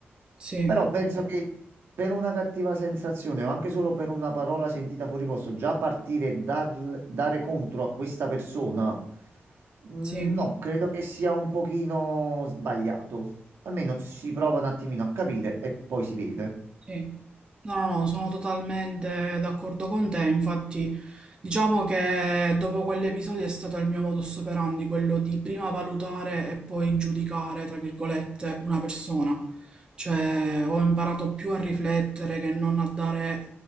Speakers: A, on the right; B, on the right.
A: Sì,
B: Però penso che per una cattiva sensazione o anche solo per una parola sentita fuori posto, già partire e dar- dare contro a questa persona, mm,
A: sì.
B: no, credo che sia un pochino sbagliato. Almeno si prova un attimino a capire e poi si vede.
A: Sì. No, no, no, sono totalmente d'accordo con te. Infatti, diciamo che dopo quell'episodio è stato il mio modus operandi, quello di prima valutare e poi giudicare, tra virgolette, una persona. Cioè, ho imparato più a riflettere che non a dare,